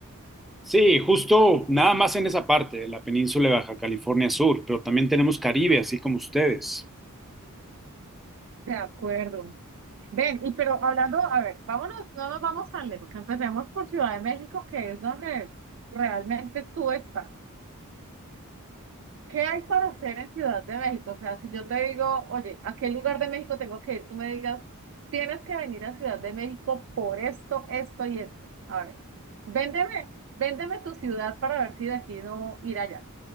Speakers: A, in the centre; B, on the right (about 60°).
A: Sí, justo nada más en esa parte de la península de Baja California Sur, pero también tenemos Caribe, así como ustedes.
B: De acuerdo. Ven, y pero hablando, a ver, vámonos, no nos vamos tan lejos. Empecemos por Ciudad de México, que es donde realmente tú estás. ¿Qué hay para hacer en Ciudad de México? O sea, si yo te digo, oye, ¿a qué lugar de México tengo que ir? Tú me digas, tienes que venir a Ciudad de México por esto, esto y esto. A ver, véndeme, véndeme tu ciudad para ver si decido ir allá.